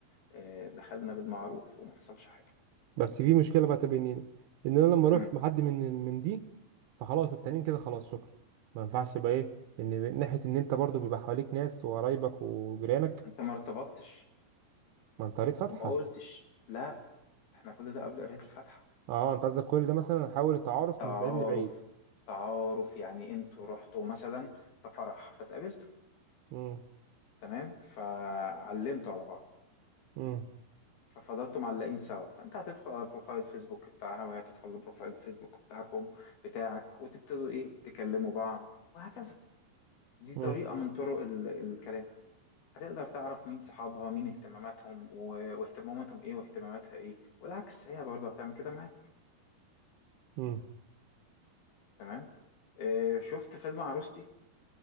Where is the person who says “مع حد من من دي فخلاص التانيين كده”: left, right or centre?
Right